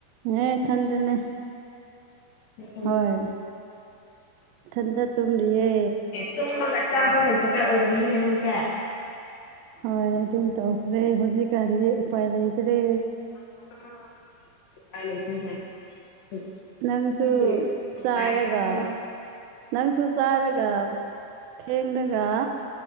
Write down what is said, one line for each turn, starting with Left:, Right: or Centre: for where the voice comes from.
Right: ꯑꯦ ꯏꯊꯟꯗꯅꯦ
Left: <unintelligible>
Right: ꯍꯣꯏ ꯏꯊꯟꯇ ꯇꯨꯝꯔꯤꯌꯦ
Left: ꯇꯨꯝꯕꯒ ꯆꯥꯕꯒ ꯈꯛꯇ ꯑꯣꯏꯔꯝꯅꯤꯅꯦ ꯅꯪꯁꯦ
Right: ꯍꯣꯏ ꯑꯗꯨꯝ ꯇꯧꯈ꯭ꯔꯦ ꯍꯧꯖꯤꯛꯀꯥꯟꯗꯤ ꯎꯄꯥꯏ ꯂꯩꯇ꯭ꯔꯦ
Left: ꯎꯝ ꯎꯄꯥꯏ ꯂꯩꯇ꯭ꯔꯦꯅꯦ ꯎꯝ
Right: ꯅꯪꯁꯨ
Left: ꯃꯤꯗꯤ ꯅꯨꯉꯥꯏꯔꯦꯀꯣ
Right: ꯆꯥꯔꯒ ꯅꯪꯁꯨ ꯆꯥꯔꯒ ꯐꯦꯡꯂꯒ